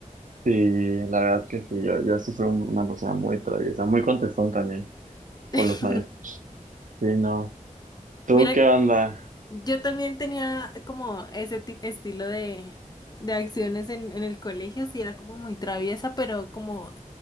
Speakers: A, on the right; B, on the left.
A: sí, la verdad que sí, yo, yo sí fui un- una persona muy traviesa, muy contestón también con
B: <laughs>
A: los maestros. Sí, no. ¿Tú
B: Mira,
A: qué onda?
B: yo también tenía como ese tipo, estilo de, de acciones en, en el colegio, sí era como muy traviesa, pero como